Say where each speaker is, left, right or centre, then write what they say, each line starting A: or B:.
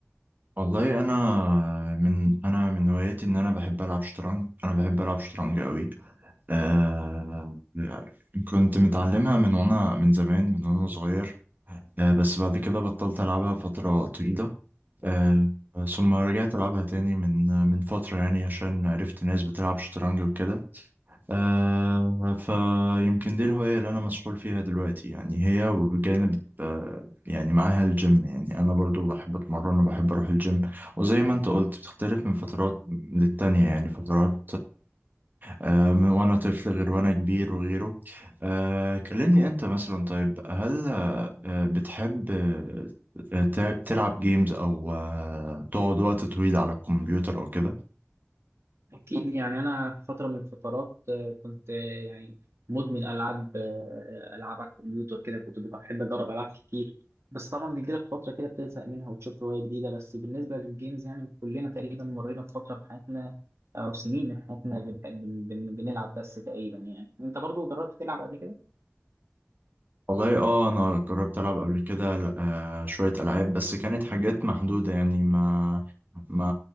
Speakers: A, on the right; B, on the right.
A: والله أنا من أنا من هواياتي إن أنا بحب ألعب شطرنج أنا بحب ألعب شطرنج أوي آه كنت متعلمها من وأنا من زمان من وأنا صغير آه، بس بعد كده بطلت ألعبها فترة طويلة آه، ثم رجعت ألعبها تاني من آه، من فترة يعني عشان عرفت ناس بتلعب شطرنج وكده آه، فيمكن دي الهواية اللي أنا مسحول فيها دلوقتي يعني هي وبجانب آه، يعني معاها الجيم يعني أنا برضو بحب أتمرن وبحب أروح الجيم وزي ما أنت قلت بتختلف من فترات للتانية يعني فترات آه، من وأنا طفل غير وأنا كبير وغيره آه، كلمني أنت مثلا طيب هل آه، بتحب آه، ت- تلعب جيمز أو آه، تقعد وقت طويل على الكمبيوتر أو كده؟
B: أكيد يعني أنا في فترة من الفترات آه، كنت آه، يعني مدمن ألعاب آه، ألعاب على الكمبيوتر كده كنت بحب أجرب ألعاب كتير بس طبعا بيجيلك فترة كده بتزهق منها وتشوف هواية جديدة بس بالنسبة للجيمز يعني كلنا تقريبا مرينا بفترة في حياتنا أو سنين من حياتنا بن- بن- بن- بنلعب بس تقريبا يعني أنت برضو جربت تلعب قبل كده؟
A: والله اه انا جربت العب قبل كده آه، شويه العاب بس كانت حاجات محدوده يعني ما ما